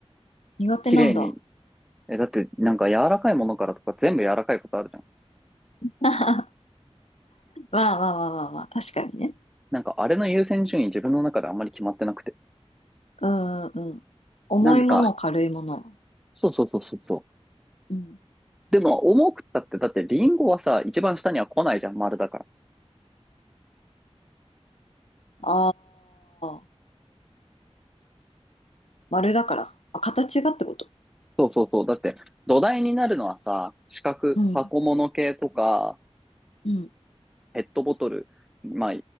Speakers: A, on the left; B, in the centre.
A: 苦手なんだ。
B: 綺麗にえ、だって、なんか柔らかいものからとか全部柔らかいことあるじゃん。
A: <laughs> わあわあわあわあわあ、確かにね。
B: なんかあれの優先順位自分の中であんまり決まってなくて。
A: うんうんうん。重いもの、
B: なんか、
A: 軽いもの。
B: そうそうそうそうそう。
A: うん。
B: でも、重くったって、だってリンゴはさ、一番下には来ないじゃん、丸だから。
A: ああ、丸だから。あ、形がってこと。
B: そうそうそう。だって、土台になるのはさ、四角、
A: うん。
B: 箱物系とか、
A: うん。
B: ペットボトル。まあ、